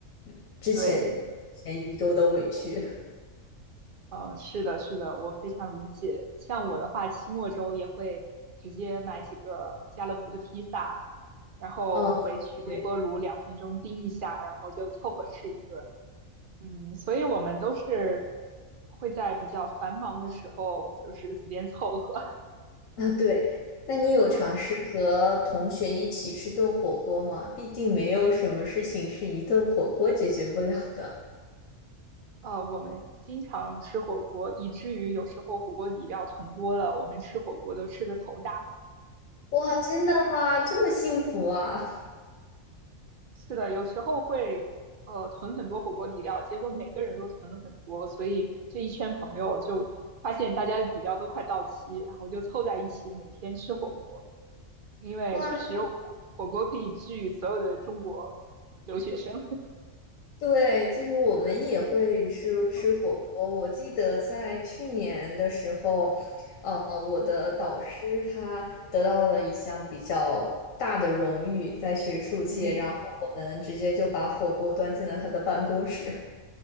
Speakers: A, on the left; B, on the right.
A: 呃之前前一周的委屈。
B: 对，嗯，是的，是的，我非常理解。像我的话，期末周也会直接买几个家乐福的披萨，然后回去微波炉两分钟叮一下，
A: 哦，对
B: 然后就凑合吃一顿。嗯，所以我们都是会在比较繁忙的时候，就是随便凑合。
A: 啊，对，那你有尝试和同学一起吃顿火锅吗？
B: <laughs>
A: 毕竟没有什么事情是一顿火锅解决不了的。
B: 呃，我们经常吃火锅，以至于有时候火锅底料囤多了，我们吃火锅都吃得头大。
A: 哇，真的吗？这么幸福啊！
B: 是的，有时候会呃囤很多火锅底料，结果每个人都囤了很多，所以这一圈朋友就发现大家的底料都快到期，然后就凑在一起每天吃火锅，因为确实火火锅可以治愈所有的中国留学生。
A: 哇，那。对，其实我们也会吃吃火锅。
B: <laughs> 嗯
A: 我记得在去年的时候，呃，我的导师他得到了一项比较大的荣誉，
B: 嗯
A: 在学术界，
B: 嗯。
A: 然后我们直接就把火锅端进了他的办公室。